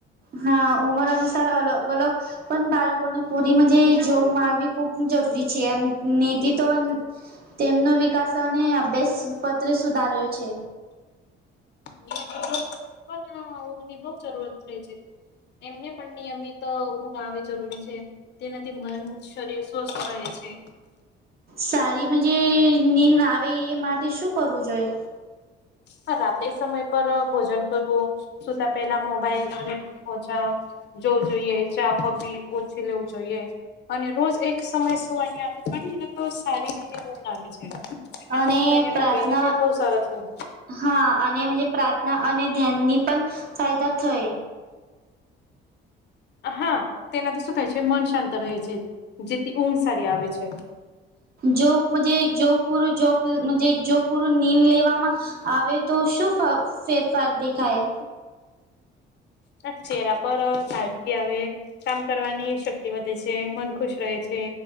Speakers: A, on the right (about 50°); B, on the left (about 60°).
A: હા ઉમર અનુસાર અલગ અલગ પણ બાળકોને પૂરી મજે જોબ માળવી ખૂબ જરૂરી છે. અને નેતી તો. તેમનો વિકાસ અને અભ્યાસ પત્ર સુધાર્યો છે.
B: બી લોકોને પણ ઊંઘની બહુ જરૂરત રહે છે એમને પણ નિયમિત ઉંધ આવવી જરૂરી છે. તેનાથી મન શરીર સ્વસ્થ રહે છે.
A: સારી મજે નીંદ આવે એ માટે, શું કરવું જોઈએ?
B: હ રાતે સમય પર ભોજન કરવું, સુતા પેલા મોબાઈલ અને ટીવી ઓછા જોવું જોઈએ. ચા, કોફી ઓછી લેવું જોઈએ. અને રોજ એક એક સમય સુવાની આદત પાડી એને તો સારી ઉંધ આવી જાય એમાંથી
A: અને
B: શું થાય
A: પ્રાર્થના
B: એના બેનિફિટ બહુ સારો છે.
A: હા અને મજે પ્રાર્થના અને ધ્યાનની પણ ફાયદા થય.
B: હા તેનાથી શું થાય છે. મન શાંત રહે છે. જેથી ઊંઘ સારી આવે છે.
A: જો મજે જો પૂરું જો જો પૂરું નીંદ લેવામાં. આવે તો શું ફર ફેરફાર દેખાય?
B: ના ચહેરા પર તાજગી આવે. કામ કરવાની શક વધે છે. મન ખુશ રહે છે.